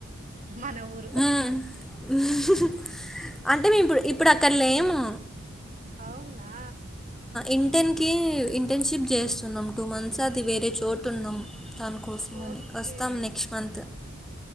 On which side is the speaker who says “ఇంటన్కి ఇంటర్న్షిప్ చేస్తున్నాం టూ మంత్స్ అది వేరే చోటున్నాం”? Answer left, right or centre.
Centre